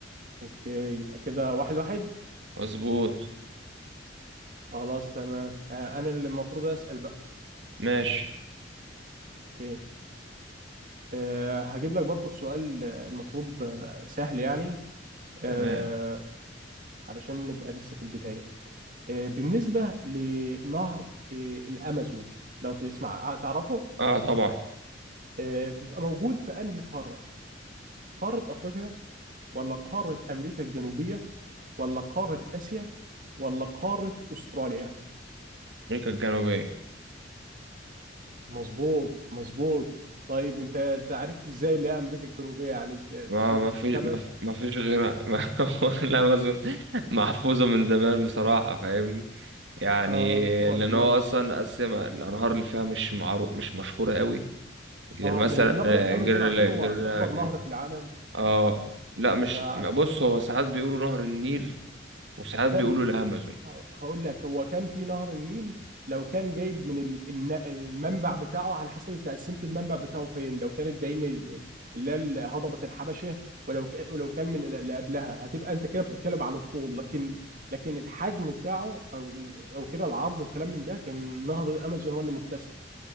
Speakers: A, on the right (about 50°); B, on the right (about 70°).
A: اوكي يبقى كده واحد واحد
B: مظبوط
A: خلاص تمام آه، انا اللي المفروض اسال بقى
B: ماشي
A: اوكي آه، هجيب لك برضو سؤال آه، المفروض آه، سهل يعني آه،
B: تمام
A: علشان نبقى لسه في البدايه آه، بالنسبه لنهر آه، الامازون لو تسمع آه، تعرفه
B: اه طبعا
A: آه، بيبقى موجود في انهي قاره قارة أفريقيا ولا قارة أمريكا الجنوبية ولا قارة آسيا ولا قارة أستراليا
B: أمريكا الجنوبية
A: مظبوط مظبوط طيب أنت أنت عرفت إزاي اللي هي أمريكا الجنوبية يعني أنت
B: ما
A: قدرت
B: ما
A: تستبعد
B: فيش ما في- ما فيش غيرها <laughs> ما لا ما أظن. محفوظة من زمان بصراحة فاهمني يعني
A: آه مظبوط
B: لأن هو أصلا قسمها الأنهار اللي فيها مش معروف مش مشهورة قوي غير
A: آه
B: مثلا
A: غير نهر
B: آه،
A: الأمازون
B: غير
A: عشان
B: غير
A: هو أكبر نهر في العالم
B: اه لا مش
A: ف-
B: بص هو ساعات بيقولوا نهر النيل وساعات
A: ب-
B: بيقولوا الامازون
A: ه- هقول لك هو كان في نهر النيل لو كان جايب من ال- الن- المنبع بتاعه على حسب انت قسمت المنبع بتاعه فين لو كانت بين ال- اللي هي ال- هضبة الحبشة ولو ك- ولو كان من ال- اللي قبلها هتبقى انت كده بتتكلم عن الطول لكن لكن الحجم بتاعه او او كده العرض والكلام من ده كان نهر الامازون هو اللي مكتسح